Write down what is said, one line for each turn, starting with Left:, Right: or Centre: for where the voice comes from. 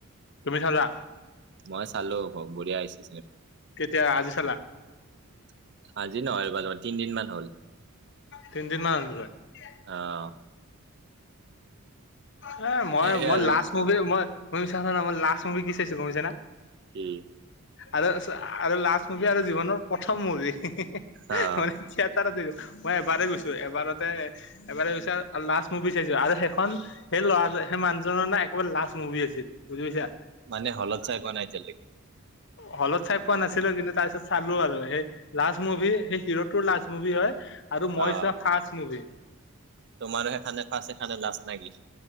Left: তুমি চালা।
Right: মই চালো আকৌ বঢ়িয়া আহিছে।
Left: কেতিয়া আজি চালা?
Right: <unintelligible> আজি নহয় <unintelligible> তিনদিন মান হ'ল।
Left: তিনিদিন মান <unintelligible>
Right: অ
Left: অ' এ মই-
Right: সেয়ে
Left: মই
Right: আৰু
Left: লাষ্ট মুভি মই <unintelligible> লাষ্ট মভি কি চাইছো গম পাইছা না।
Right: কি।
Left: আৰু-আৰু লাষ্ট মুভি আৰু জীৱনৰ প্ৰথম মুভি। মানে
Right: আহ
Left: থিয়েটাৰটো মই এবাৰে গৈছো এবাৰতে এবাৰে গৈছে আৰু লাষ্ট মুভি চাইছো আৰু সেইখন সেই ল'ৰা সেই মানুহজনৰ না একেবাৰে লাষ্ট মুভি আছিল বুজি পাইছা।
Right: মানে হলত চাই পোৱা নাই এতিয়ালৈ।
Left: হলত চাই পোৱা নাছিলো কিন্তু তাৰ পিছত চালো আৰু সেই লাষ্ট মুভি সেই হিৰোটোৰ লাষ্ট মুভি হয়। আৰু মই
Right: আহ
Left: চোৱা ফাৰ্ষ্ট মুভি।
Right: তোমাৰো সেইখনে ফাৰ্ষ্ট সেইখনে লাষ্ট নেকি।